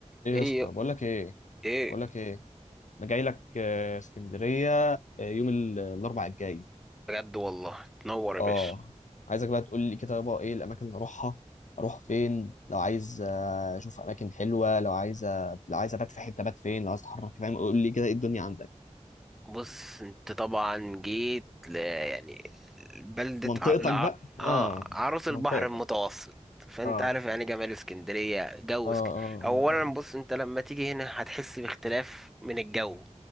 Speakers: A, on the left; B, in the centre.
A: ايه
B: ايه
A: يا اسطى بقول لك ايه
B: ايه
A: بقول لك ايه انا جاي لك آه، اسكندريه آه، يوم ال- الاربع الجاي
B: بجد والله تنور يا
A: اه
B: باشا
A: عايزك بقى تقول لي كده بقى ايه الاماكن اللي اروحها اروح فين لو عايز آه، اشوف اماكن حلوه لو عايز آه، لو عايز ابات في حته بات فين لو عايز اتحرك فاهم قول لي كده ايه الدنيا عندك
B: بص انت طبعا جيت ل يعني بلدة
A: منطقتك
B: ع... لع...
A: بقى اه
B: آه عروس البحر
A: منطقتك
B: المتوسط فانت
A: اه اه
B: عارف يعني جمال اسكندرية جو
A: اه
B: اسكندرية
A: اه,
B: اولا
A: آه.
B: بص انت لما تيجي هنا هتحس باختلاف من الجو